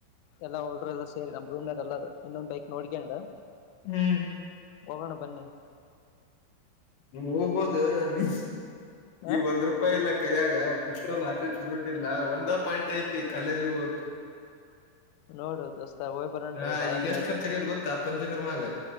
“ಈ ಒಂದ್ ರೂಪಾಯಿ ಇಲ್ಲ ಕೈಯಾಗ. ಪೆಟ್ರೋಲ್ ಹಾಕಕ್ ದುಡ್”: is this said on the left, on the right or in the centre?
Left